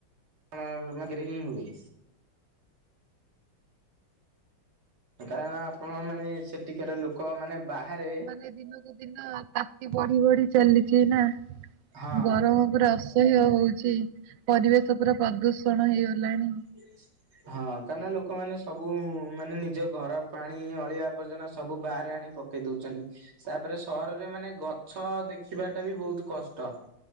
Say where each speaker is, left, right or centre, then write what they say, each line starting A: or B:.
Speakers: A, on the right (about 85°); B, on the right (about 75°).
A: ଣ ମ କିରେ ହିଁ ହୁଏ। କାରଣ ଆପଣ ମାନେ ସେଠିକାର ଲୋକ ମାନେ ବାହାରେ
B: ଏ ଦିନକୁ ଦିନ ତାତି ବଢ଼ି ବଢ଼ି ଚାଲିଚି ନା
A: ହଁ
B: ଗରମ ପୁରା ଅସ୍ ଏହ୍ୟ ହଉଚି ପରିବେଶ ପୁରା ପ୍ରଦୂଷଣ ହେଇଗଲାଣି।
A: ଇଆଇସି ହଁ କାରଣ ଲୋକମାନେ ସବୁ ମାନେ ନିଜ ଘର ପାଣି ଅଳିଆ ଆବର୍ଜନା ସବୁ ବାହାରେ ଆଣି ପ କେଇ ଦୋଉଚନି। ତାପରେ ସହରରେ ମାନେ ଗଛ ଦେଖିବାଟା ବି ବହୁତ କଷ୍ଟ।